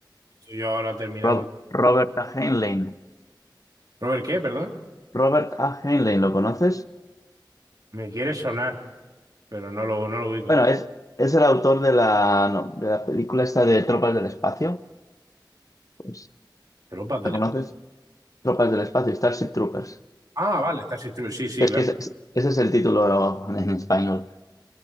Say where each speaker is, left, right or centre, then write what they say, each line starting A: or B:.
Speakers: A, on the right; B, on the left.
A: Estoy yo ahora terminando.
B: Ro- Robert A. Heinlein.
A: Robert, ¿qué? Perdón.
B: Robert A. Heinlein, ¿lo conoces?
A: Me quiere sonar, pero no lo, no lo ubico.
B: Bueno, es, es el autor de la, no, de la película esta de Tropas del Espacio. Pues,
A: Tropas del
B: ¿la conoces?
A: espacio.
B: Tropas del Espacio, Starship Troopers.
A: Ah, vale, Starship Troopers. Sí, sí,
B: Es
A: claro.
B: que ese, es ese es el título en español.